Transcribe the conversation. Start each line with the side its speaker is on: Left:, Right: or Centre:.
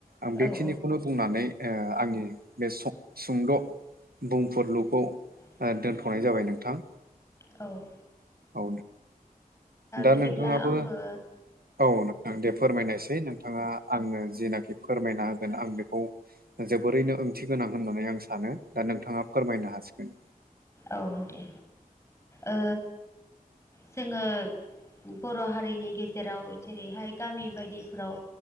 Right: आं बेखिनिखौनो
Left: फैयो आरो औ
Right: बुंनानै ओ आंनि बे सुंद'
Left: ओ
Right: बुंफोरलुखौ
Left: ओ
Right: दोनथ'नाय जाबाय नोंथां।
Left: औ
Right: औ दा
Left: बिदिब्ला
Right: नोंथाङाबो
Left: आंबो
Right: औ नोंथां दे फोरमायनोसै नोंथाङा आंनो जेनाखि फोरमायना होगोन आं बेखौ जोबोरैनो ओंथि गोनां होननानै आं सानो दा नोंथाङा फोरमायनो हासिगोन।
Left: औ दे ओ जोङो बर' हारिनि गेजेराव जेरैहाय गामि बायदिफ्राव